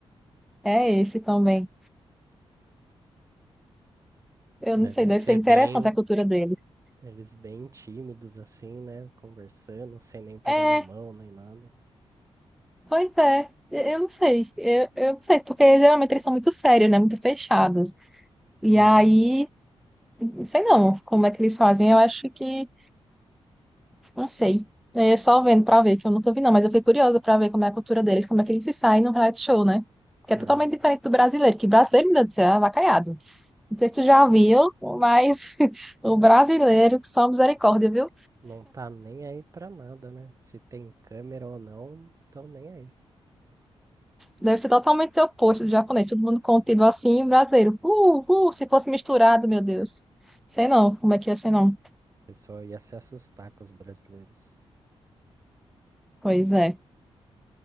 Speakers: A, in the centre; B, on the right.
A: é esse também. Eu
B: Devem
A: não sei, deve
B: ser
A: ser interessante
B: bem,
A: a cultura deles.
B: eles bem tímidos assim, né? Conversando, sem nem pegar
A: É,
B: na mão nem nada.
A: pois é. Eu não sei, eu, eu não sei, porque geralmente eles são muito sérios, né? Muito fechados. E
B: Uhum,
A: aí, não sei não como é que eles fazem, eu acho que, não sei. É só vendo pra ver, que eu nunca vi não, mas eu fiquei curiosa pra ver como é a cultura deles, como é que eles se saem no reality show, né? Que
B: aham.
A: é totalmente diferente do brasileiro, que brasileiro, meu Deus do céu, é avacalhado. Não sei se tu já viu, mas <laughs> o brasileiro, só misericórdia, viu?
B: Não tá nem aí pra nada, né? Se tem câmera ou não, tão nem aí. O
A: Deve ser totalmente seu oposto do japonês, todo mundo contido assim, e o brasileiro. Uh, uh, se fosse misturado, meu Deus. Sei não, como é que ia ser não.
B: pessoal ia se assustar com os brasileiros.
A: Pois é.